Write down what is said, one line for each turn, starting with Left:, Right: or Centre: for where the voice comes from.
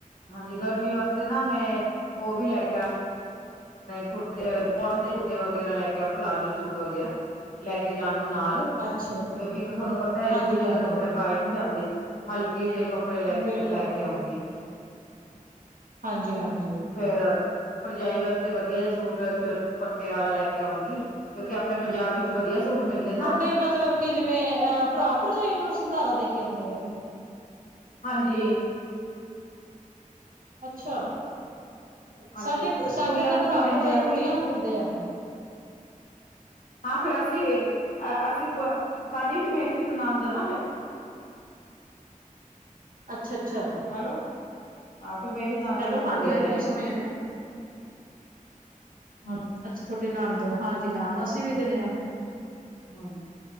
Left: ਹਾਂਜੀ, ਗਰਮੀ ਵਾਸਤੇ ਨਾ ਮੈਂ ਉਹ ਵੀ ਲੈ ਕੇ ਆ ਕੁਰਤੇ, ਕੋਟਨ ਦੇ ਕੁਰਤੇ ਵਗੈਰਾ ਲੈ ਕੇ ਆ, ਪਲਾਜੋ ਸੂਟ ਵਗੈਰਾ ਲੈ ਕੇ ਜਾਣ ਨੂੰ ਨਾਲ ਕਿਉਂਕਿ
Right: ਅੱਛਾ ਜੀ
Left: ਤੁਹਾਨੂੰ ਪਤਾ ਏ ਇਕ
Right: ਹਾਂਜੀ
Left: ਦੂਜੇ
Right: ਹਾਂਜੀ
Left: ਦੇ ਕੱਪੜੇ ਪਾਏ ਨੀ ਜਾਂਦੇ, ਹਲਕੇ ਜਿਹੇ ਕੱਪ ਕੱਪੜੇ ਲੈ ਕੇ
Right: ਬਿਲਕੁਲ
Left: ਲੈ ਕੇ
Right: ਬਿਲਕੁਲ
Left: ਆਉਂਗੀ।
Right: ਹਾਂਜੀ ਹਾਂਜੀ।
Left: ਫੇਰ, ਭਰਜਾਈ ਵਾਸਤੇ ਵਧੀਆ ਜਿਹਾ ਸੂਟ ਦੁਪੱਟੇ ਵਾਲਾ ਲੈ ਕੇ ਆਉਂਗੀ। ਕਿਉਂਕਿ ਆਪਣੇ ਪੰਜਾਬ ਵਿੱਚ ਵਧੀਆ ਸੂਟ ਮਿਲਦੇ ਨਾ।
Right: ਤੇ ਮਤਲਬ ਕਿ ਜਿਵੇਂ ਅਹ ਭਰਾ ਭਰਜਾਈ ਨੂੰ ਸੰਧਾਰਾ ਦੇ ਕੇ ਆਉਂਦੇ ਨੇਗੇ।
Left: ਹਾਂਜੀ।
Right: ਅੱਛਾ!
Left: ਹਾਂਜੀ
Right: ਸਾਡੇ ਸਾਡੇ
Left: ਕੁੜੀਆਂ
Right: ਤਾਂ
Left: ਨੂੰ
Right: ਭਰਾ
Left: ਵੀ ਦਿੰਦੇ
Right: ਭਰਜਾਈ
Left: ਅਸੀਂ
Right: ਕੁੜੀਆਂ ਨੂੰ ਦਿੰਦੇ ਆ। <inaudible> ਹਮ
Left: ਹਾਂ ਫੇਰ ਅਸੀਂ ਵੀ, ਅਸੀਂ ਸਾਡੀ ਵੀ ਮੇਰੀ ਵੀ ਨੰਦ ਨਾ ਫੇਰ।
Right: ਅੱਛਾ ਅੱਛਾ
Left: ਹੈਲੋ, ਹਾਂ ਫਿਰ ਮੇਰੀ ਨੰਦ
Right: ਹੈਲੋ ਹਾਂਜੀ
Left: ਨੂੰ ਦੇ
Right: ਹਾਂਜੀ
Left: ਦੇ ਏ।
Right: ਸੁਣਿਆ ਨੇ
Left: ਹ <unintelligible>
Right: ਅੱਛਾ ਤੁਹਾਡੇ ਨੰਦ ਨੂੰ, ਹਾਂਜੀ ਹਾਂ ਅਸੀਂ ਵੀ ਦਿਨੇ ਹਾਂ।
Left: ਹਾਂਜੀ